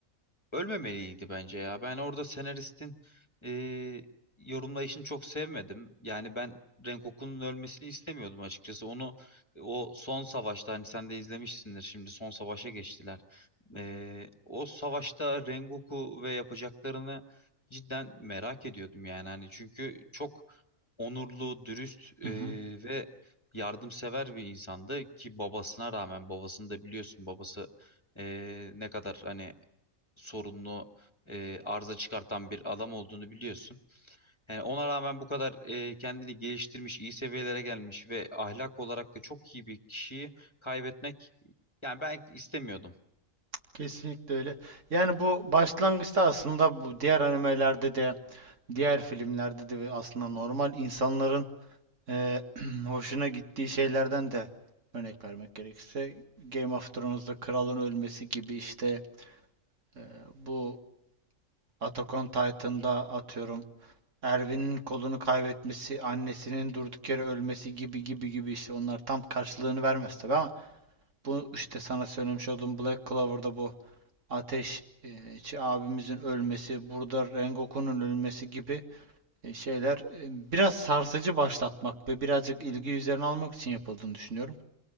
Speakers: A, on the left; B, on the right.
A: ölmemeliydi bence ya. Ben orada senaristin e, yorumlayışını çok sevmedim. Yani ben Rengoku'nun ölmesini istemiyordum açıkçası. Onu o son savaşta hani sen de izlemişsindir şimdi son savaşa geçtiler. E, o savaşta Rengoku ve yapacaklarını cidden merak ediyordum yani hani çünkü çok onurlu, dürüst e,
B: Hı hı.
A: ve yardımsever bir insandı ki babasına rağmen babasını da biliyorsun babası eee, ne kadar hani sorunlu eee, arıza çıkartan bir adam olduğunu biliyorsun. Yani ona rağmen bu kadar eee, kendini geliştirmiş, iyi seviyelere gelmiş ve ahlak olarak da çok iyi bir kişiyi kaybetmek yani ben istemiyordum.
B: Kesinlikle öyle. Yani bu başlangıçta aslında bu diğer animelerde de diğer filmlerde de ve aslında normal insanların eee, <clears throat> hoşuna gittiği şeylerden de örnek vermek gerekirse Game of Thrones'da kralın ölmesi gibi işte eee, bu Attack on Titan'da atıyorum Erwin'in kolunu kaybetmesi, annesinin durduk yere ölmesi gibi gibi gibi işte onlar tam karşılığını vermez tabii ama bu işte sana söylemiş olduğum Black Clover'da bu Ateşçi abimizin ölmesi, burada Rengoku'nun ölmesi gibi e, şeyler e, biraz sarsıcı başlatmak ve birazcık ilgi üzerine almak için yapıldığını düşünüyorum.